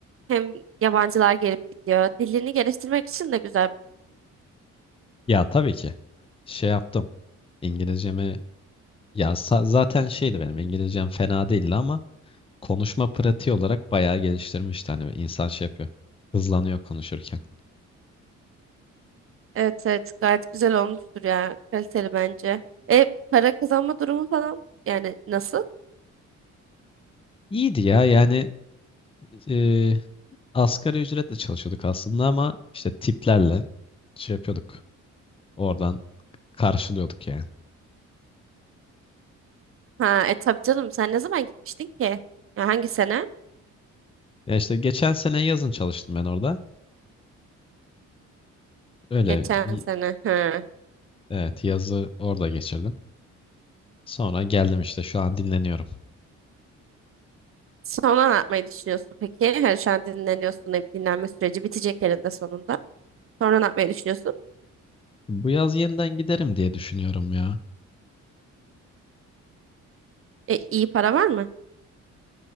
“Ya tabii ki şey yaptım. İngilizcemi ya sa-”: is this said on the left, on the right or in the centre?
Left